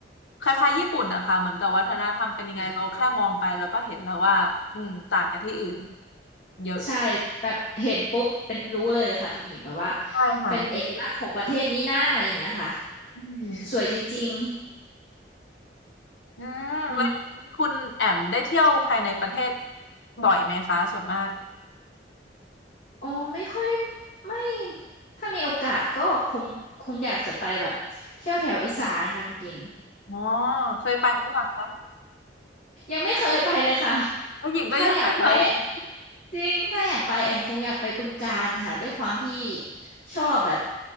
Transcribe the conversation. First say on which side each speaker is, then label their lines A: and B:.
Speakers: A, on the left; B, on the left.
A: คล้ายๆญี่ปุ่นนะคะเหมือนกับวัฒนธรรมเป็นยังไงเราแค่มองไปแล้วก็เห็นแล้วว่าอืมต่างกันที่อื่น
B: ค่ะ
A: เยอะ
B: ใช่แบบเห็นปุ๊บเป็นรู้เลยค่ะคุณหญิงแบบว่า
A: ใช่ค่ะ
B: เป็นเอกลักษณ์ของประเทศนี้นะอะไรอย่างเงี้ยค่ะ
A: อืม
B: สวยจริง
A: อืมแล้วคุณแอมได้เที่ยวภายในประเทศ
B: ๆอืม
A: บ่อยไหมคะส่วนมาก
B: โอ้ไม่ค่อยได้ไม่ถ้ามีโอกาสก็คงคงอยากจะไปแบบเที่ยวแถวอีสานค่ะคุณหญิง
A: อ๋อเคยไปหรือยังคะ
B: ยังไม่เคยไปเลยค่ะ
A: ผู้หญิงก็ยังไม่เคย
B: ถ้าอยากไปอะจริง ถ้าแอมไปแอมคงอยากไปบึงกาฬค่ะด้วยความที่ชอบแบบ